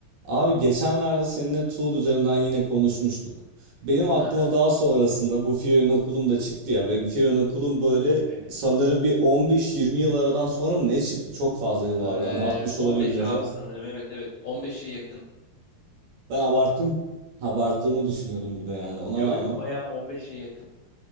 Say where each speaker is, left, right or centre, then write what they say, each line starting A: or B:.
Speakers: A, on the right; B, on the left.
A: Abi geçenlerde seninle Tool üzerinden yine konuşmuştuk. Benim aklıma
B: Hı hı.
A: daha sonrasında bu Fear Inoculum da çıktı ya ve Fear Inoculum böyle
B: Of evet.
A: sanırım bir 15-20 yıl aradan sonra mı ne çıktı? Çok fazla yıl
B: Eee,
A: vardı. Hani 60
B: 15
A: olabilir biraz
B: abi
A: ama
B: sanırım. Evet evet. 15'e yakın.
A: ben abarttım. Abarttığımı düşünüyordum bir de yani ona
B: Yo
A: rağmen.
B: yo bayağı 15'e yakın.